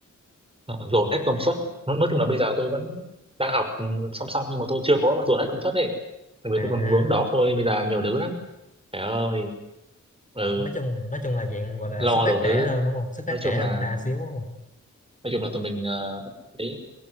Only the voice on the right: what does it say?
ờ, dồn hết công suất nói, nói chung là bây giờ tôi vẫn đang học ừ, song song nhưng mà tôi chưa có dồn hết công suất ấy tại vì
tôi còn vướng đó tôi bây giờ nhiều thứ lắm trời ơi ừ,
lo
đủ thứ
nói chung
là
nói chung là tụi mình ờ, ấy